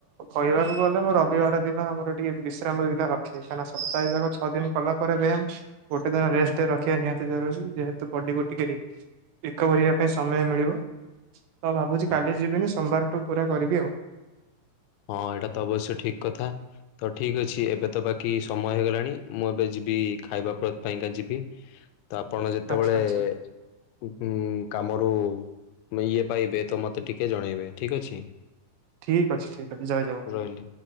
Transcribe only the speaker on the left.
ହଁ
ହଁ ଏଇଟା ତ ଅବଶ୍ୟ ଠିକ କଥା। ତ ଠିକ୍ ଅଛି ଏବେ ତ ବାକି ସମୟ ହେଇଗଲାଣି ମୁଁ ଏବେ ଯିବି ଖାଇବା ପ୍ର ପାଇଁକା ଯିବି। ତ ଆପଣ ଯେତେବେଳେ
ଉଁ କାମରୁ ଇଏ ପାଇବେ ତ ମତେ ଟିକେ ଜଣେଇବେ ଠିକ୍ ଅଛି।
ରହିଲି।